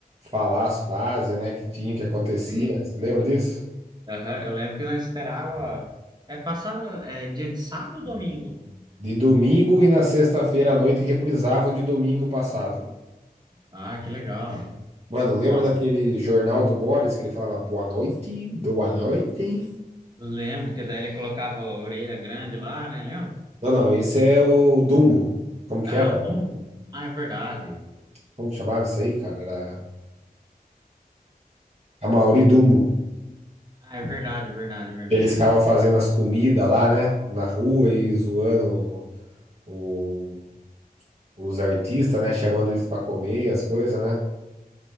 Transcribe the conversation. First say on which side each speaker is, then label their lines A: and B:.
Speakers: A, on the right (about 40°); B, on the right (about 25°).
A: falar as frases, né, que tinha, que acontecia.
B: Sim.
A: Você lembra disso?
B: Aham, Eu lembro que nós esperava, é, passava, é, dia de sábado ou domingo?
A: De domingo e na sexta-feira à noite reprisava o de domingo passado.
B: Ah, que legal.
A: Mano, lembra
B: Nossa,
A: daquele jornal do Boris que ele falava boa noite, boa noite?
B: lembro que daí ele colocava a orelha grande lá, né? Lembra?
A: Não, não, esse é o Dumbo. Como que
B: Ah,
A: era?
B: o Dumbo. Ah, é verdade.
A: Como que chamava isso aí, cara? Era a Mauri Dumbo.
B: Ah, é verdade, é verdade, é verdade.
A: Eles ficavam fazendo as comidas lá, né? Na rua e zoando o- os artistas, né? Chamando eles pra comer as coisas, né?